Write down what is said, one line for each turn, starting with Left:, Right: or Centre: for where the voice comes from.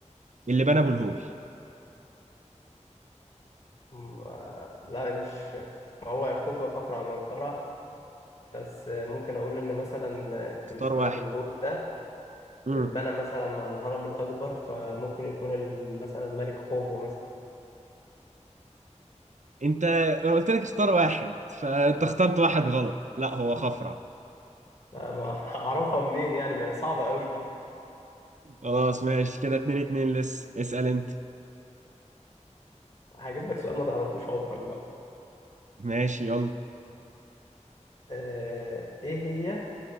Right: اللي بنى ابو الهول
Left: م- آه، لا مش ما هو يخوف ويخاف على منقرة بس آه، ممكن اقول ان مثلا آه، تمثال
Right: اختار واحد
Left: ابو الهول ده
Right: مم.
Left: اتبنى مثلا مع الهرم الاكبر فممكن يكون ال- مثلا ملك خوفو مثلا
Right: انت انا قلت لك اختار واحد فانت اخترت واحد غلط لا هو خفرع
Left: لا، ما <laughs> هعرفها منين يعني ما هي صعبة قوي دي
Right: خلاص ماشي كده اتنين اتنين لسه اسأل انت
Left: هجيب لك سؤال ما تعرفوش عمرك بقى
Right: ماشي يلا
Left: آه، ايه هي